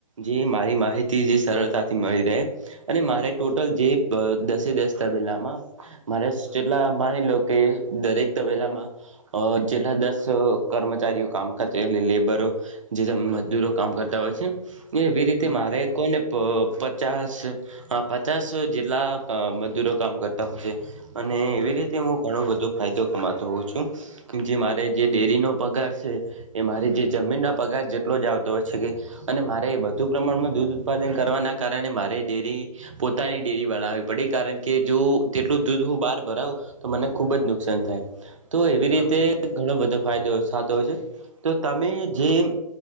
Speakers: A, on the right (about 55°); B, on the left (about 40°).
A: જે મારી માહિતી જે સરળતાથી મળી રહે. અને મારે ટોટલ જે દસે દસ તબેલામાં મારે જેટલા માની લો કે દરેક તબેલામાં જેટલા અ જેટલા દસ કર્મચારીઓ કામ કરતા એટલે લેબરો જે મજદૂરો કામ કરતા હોય છે. એ એવી રીતે
B: હ
A: મારે કોઈને પ પચાસ આ પચાસ જેટલા અ મજૂરો કામ કરતા હોય છે. અને એવી
B: હ હ હ
A: રીતે હું ઘણો બધો ફાયદો કમાતો હોઉ છું. કે જે મારે જે ડેરીનો પગાર છે. એ મારે જે જમીનના પગાર જેટલો જ આવતો હોય છે કે અને મારે વધુ પ્રમાણમાં દૂધ ઉત્પાદન કરવાના કારણે મારે ડેરી પોતાની ડેરી બનાવવી પડી કારણ જો તેટલું દૂધ હું બહાર ભરાવુ તો મને ખુબ જ નુકસાન થાય. તો એવી રીતે
B: હા
A: ઘણો બધો ફાયદો થાતો હોય છે, તો તમે જે